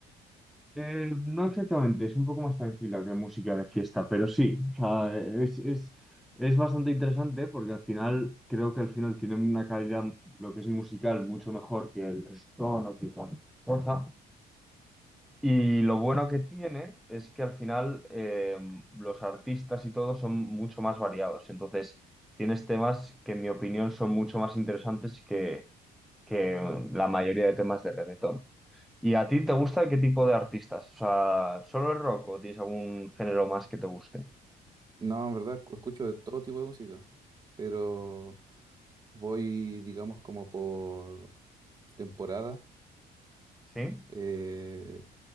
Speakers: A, in the centre; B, on the right.
A: Eh, no exactamente, es un poco más tranquila que música de fiesta, pero sí, o sea, es, es, es bastante interesante porque al final creo que al final tiene una calidad, lo que es musical, mucho mejor que el reggaetón o que cualquier cosa. Y lo bueno que tiene es que al final eh, los artistas y todo son mucho más variados, entonces tienes temas que en mi opinión son mucho más interesantes que, que la mayoría de temas de reggaetón. ¿Y a ti te gusta qué tipo de artistas? O sea, ¿solo el rock o tienes algún género más que te guste?
B: No, en verdad escu- escucho de todo tipo de música, pero voy, digamos, como por temporada.
A: ¿Sí?
B: Eh,